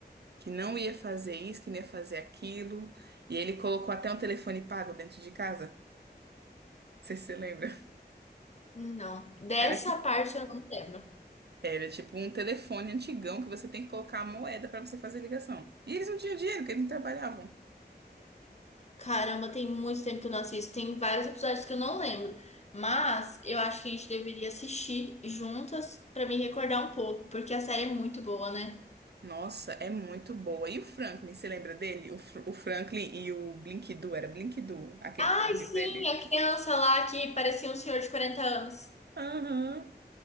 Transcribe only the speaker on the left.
Não, dessa
parte eu não lembro.
Caramba, tem muito tempo que eu não assisto. Tem vários episódios que eu não lembro. Mas eu acho que a gente deveria assistir juntas pra me recordar um pouco, porque a série é muito boa, né?
Ai,
sim, a criança lá que parecia um senhor de 40 anos.